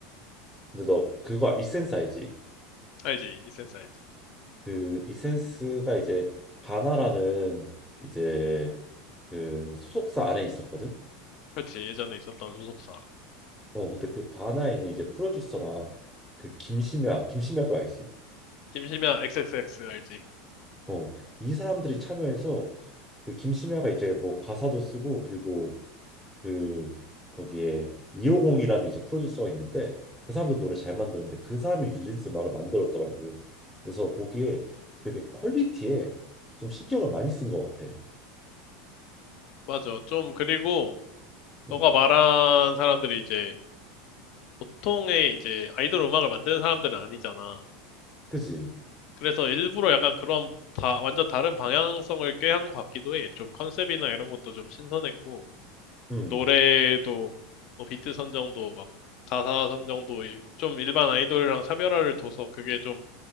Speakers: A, in the centre; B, on the left.
A: 근데 너 그거 이센스 알지?
B: 알지. 이센스 알지.
A: 그 이센스가 이제 바나라는 이제 그 소속사 안에 있었거든.
B: 그렇지. 예전에 있었던 소속사.
A: 어 근데 그 바나에 있는 이제 프로듀서랑 그 김심야, 김심야도 알지?
B: 김시면 XXX 알지.
A: 어, 이 사람들이 참여해서 그 김심야가 이제 뭐 가사도 쓰고 그리고 그 거기에 250이라는 이제 프로듀서가 있는데 그 사람도 노래 잘 만드는데 그 사람이 뉴진스 음악을 만들었더라고. 그래서 보기에 되게 퀄리티에 좀 신경을 많이 쓴 것 같아.
B: 맞아. 좀, 그리고, 너가
A: 음,
B: 말한 사람들이 이제 보통의 이제 아이돌 음악을 만드는 사람들은 아니잖아.
A: 그지?
B: 그래서 일부러 약간 그런 다 완전 다른 방향성을 꾀한 것 같기도 해. 좀 컨셉이나 이런 것도 좀 신선했고
A: 음.
B: 노래도 뭐 비트 선정도 막 가사 선정도 이- 좀 일반 아이돌이랑 차별화를 둬서 그게 좀